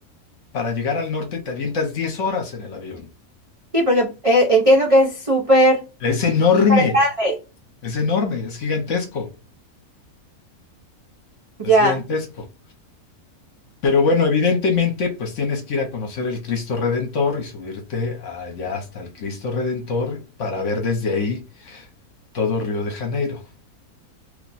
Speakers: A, on the left (about 60°); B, on the right (about 55°).
A: Para llegar al norte te avientas 10 horas en el avión.
B: Sí, porque eh, entiendo que es súper
A: Es enorme,
B: súper grande.
A: es enorme, es gigantesco, es
B: Ya.
A: gigantesco. Pero bueno, evidentemente, pues tienes que ir a conocer el Cristo Redentor y subirte allá hasta el Cristo Redentor para ver desde ahí todo Río de Janeiro.